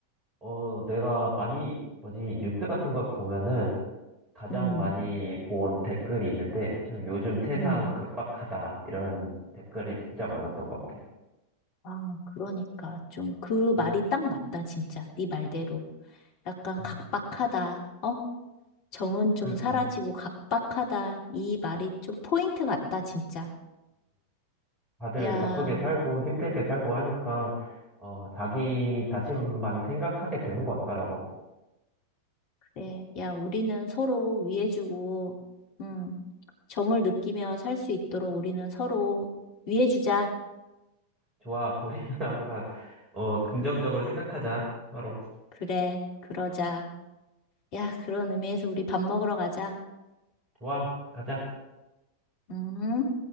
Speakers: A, on the right; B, on the left.
A: 어, 내가 많이, 뭐지, 뉴스 같은 걸 보면은 가장
B: 음,
A: 많이 본 댓글이 있는데, 참 요즘 세상
B: 음.
A: 각박하다. 이런 댓글이 진짜 많았던 것 같아.
B: 아, 그러니까 좀 그 말이
A: 음,
B: 딱 맞다, 진짜. 네 말대로. 약간
A: 음.
B: 각박하다, 어? 정은 좀
A: 그니까.
B: 사라지고 각박하다. 이 말이 좀 포인트 같다, 진짜.
A: 다들
B: 야,
A: 바쁘게 살고 힘들게 살고 하니까 어, 자기 자신만 생각하게 되는 것 같더라고.
B: 네, 야, 우리는 서로 위해주고, 음, 정을 느끼며 살 수 있도록 우리는 서로 위해주자.
A: 좋아, 우리는 <laughs> 항상 어, 긍정적으로 생각하자. 서로
B: 그래, 그러자. 야, 그런 의미에서 우리 밥 먹으러 가자.
A: 좋아, 가자.
B: 음.